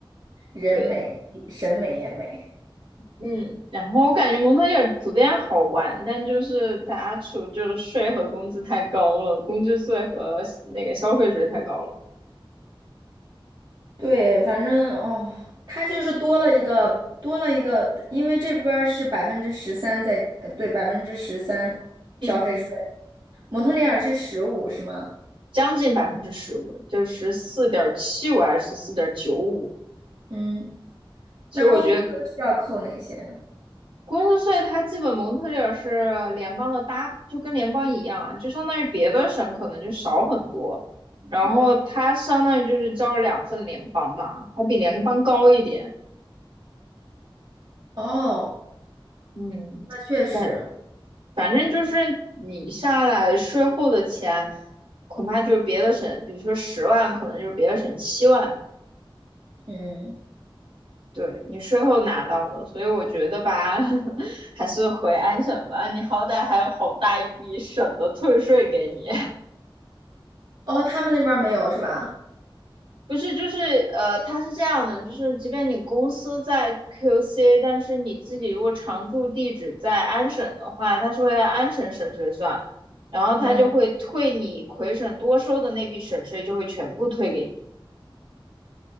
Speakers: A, on the right; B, on the right.
A: 人美，
B: 对，
A: 审美也美。
B: 嗯，然后我感觉蒙特利尔普遍好玩，但就是它出就是税和工资太高了，工资税和那个消费税太高了，
A: 对，反正哦，它就是多了一个多了一个，因为这边儿是百分之十三在，呃对，百分之十三消费税，
B: 嗯，
A: 蒙特利尔是十五，是吗？
B: 将近百分之十五，就十四点七五还是十四点九五。
A: 嗯，
B: 其实我觉得
A: 那工资都需要扣哪些呢？
B: 工资税它基本蒙特利尔是联邦的搭，就跟联邦一样，就相当于别的省可能就少很多，然后它相当于就是交了两份联邦吧，
A: 嗯，
B: 还比联邦高一点，
A: 哦，
B: 嗯。
A: 那确实，
B: 对，反正就是你下来税后的钱，恐怕就是别的省，比如说十万，可能就是别的省七万，
A: 嗯，
B: 对你税后拿到的。所以我觉得吧，<laughs> 还是回安省吧，你好歹还有好大一笔省的退税给你。
A: 哦，他们那边儿没有是吧？
B: 不是，就是呃，它是这样的，就是即便你公司在 QC，但是你自己如果常住地址在安省的话，它是会按安省省税算，然后它就会退你魁省多收的那笔省税，
A: 嗯，
B: 就会全部退给你。